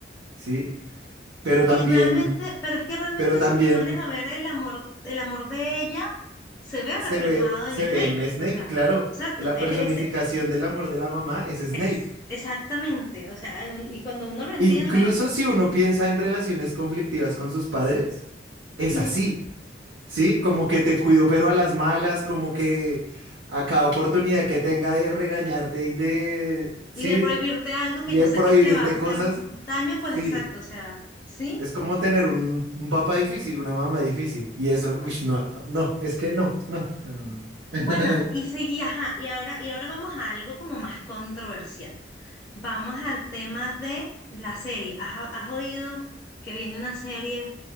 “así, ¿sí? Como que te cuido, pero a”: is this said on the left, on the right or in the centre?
Right